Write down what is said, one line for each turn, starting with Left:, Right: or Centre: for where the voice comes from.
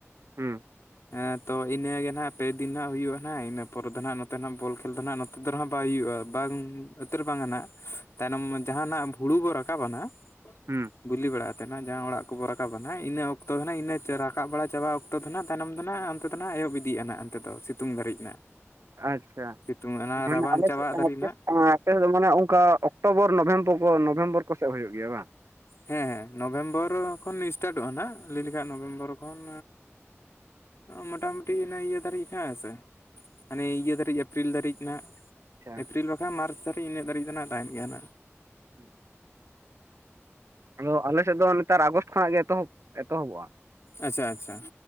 Right: ᱦᱩᱸ,
Left: ᱦᱮᱸ ᱛᱚ ᱤ ᱤᱱᱟᱹᱜᱮ ᱱᱟᱦᱟᱜ ᱯᱮᱫᱤᱱ ᱦᱟᱜ ᱦᱩᱭᱩᱜ-ᱟ ᱱᱦᱟᱜ ᱤᱱᱟᱹ ᱯᱚᱨᱮ ᱫᱚ ᱱᱦᱟᱜ ᱱᱚᱛᱮ ᱱᱟᱜ ᱵᱚᱞ ᱠᱷᱮᱞ ᱫᱚ ᱱᱟᱦᱟᱜ ᱱᱚᱛᱮ ᱫᱚ ᱱᱟᱦᱟᱜ ᱵᱟᱭ ᱦᱩᱭᱩᱜ-ᱟ ᱵᱟᱝ, ᱩᱛᱟᱹᱨ ᱵᱟᱝᱟᱱᱟ ᱛᱟᱭᱱᱚᱢ ᱡᱟᱦᱟᱱᱟᱜ ᱦᱩᱲᱩ ᱵᱚ ᱨᱟᱠᱟᱵᱟᱱᱟ
Right: ᱦᱩᱸ
Left: ᱵᱤᱞᱤ ᱵᱟᱲᱟ ᱟᱛᱮᱱᱟᱜ ᱡᱟᱦᱟᱸ ᱚᱲᱟᱜ ᱠᱚᱵ ᱨᱟᱠᱟᱵᱟ ᱱᱦᱟᱜ ᱤᱱᱟᱹ ᱚᱠᱛᱚ ᱱᱟᱦᱟᱜ ᱨᱟᱠᱟᱵ ᱵᱟᱲᱟ ᱪᱟᱞᱟᱣ ᱛᱚᱛᱷᱱᱟᱜ ᱛᱥᱭᱱᱚᱢ ᱫᱚ ᱱᱟᱜ ᱚᱱᱛᱮ ᱫᱚ ᱱᱦᱟᱜ ᱮᱦᱚᱵ ᱤᱫᱤᱜ ᱟᱱᱦᱟᱜ ᱚᱱᱛᱮ ᱫᱚ ᱥᱤᱛᱩᱝ ᱫᱟᱹᱨᱤᱡ ᱱᱟᱜ,
Right: ᱟᱪᱪᱷᱟ
Left: ᱥᱤᱛᱩᱝ ᱚᱱᱟ
Right: ᱢᱟᱱᱮ
Left: ᱨᱟᱵᱟᱝ
Right: ᱟᱞᱮ
Left: ᱪᱟᱵᱟᱜ
Right: ᱥᱮᱫ ᱟᱯᱮ
Left: ᱫᱟᱹᱨᱤᱡ ᱱᱟᱜ,
Right: ᱟᱯᱮ ᱥᱮᱫ ᱫᱚ ᱢᱟᱱᱮ ᱚᱝᱠᱟ ᱚᱠᱴᱳᱵᱚᱨ ᱱᱚᱵᱷᱮᱢᱵᱚᱨ ᱠᱚ ᱱᱚᱵᱷᱮᱢᱵᱚᱨ ᱠᱚᱥᱮᱜ ᱦᱩᱭᱩᱜ ᱜᱮᱭᱟ ᱵᱟᱝ?
Left: ᱦᱮᱸ ᱦᱮᱸ ᱱᱚᱵᱷᱮᱢᱵᱚᱨ ᱠᱷᱚᱱ ᱤᱥᱴᱟᱨᱴᱚᱜ-ᱟ ᱱᱦᱟᱜ ᱞᱟᱹᱭ ᱞᱮᱠᱷᱟᱱ ᱱᱚᱵᱷᱮᱢᱵᱚᱨ ᱠᱷᱚᱱ ᱢᱚᱴᱟᱢᱩᱴᱤ ᱚᱱᱟ ᱤᱭᱟᱹ ᱫᱷᱟᱹᱨᱤᱡ ᱦᱮ ᱥᱮ᱾ ᱢᱟᱹᱱᱤ ᱤᱭᱟᱹ ᱫᱷᱟᱹᱨᱤᱡ ᱮᱯᱤᱨᱤᱞ ᱫᱷᱟᱹᱨᱤᱡ ᱱᱦᱟᱜ,
Right: ᱟᱪᱪᱷᱟ
Left: ᱮᱯᱨᱤᱞ ᱵᱟᱠᱷᱟᱱ ᱢᱟᱨᱪ ᱫᱷᱟᱹᱨᱤᱡ ᱤᱱᱟᱹᱜ ᱫᱷᱟᱹᱨᱤᱡ ᱫᱚ ᱱᱦᱟᱜ ᱛᱟᱦᱮᱱ ᱜᱮᱭᱟ ᱱᱦᱟᱜ᱾
Right: ᱦᱩᱸ ᱟᱞᱚ ᱟᱞᱮ ᱥᱮᱫ ᱫᱚ ᱱᱮᱛᱟᱨ ᱟᱜᱚᱥᱴ ᱠᱷᱚᱱᱟᱜ ᱜᱮ ᱮᱛᱚᱦᱚᱵ ᱮᱛᱚᱦᱚᱵᱚᱜ-ᱟ,
Left: ᱟᱪᱪᱷᱟ ᱟᱪᱪᱷᱟ,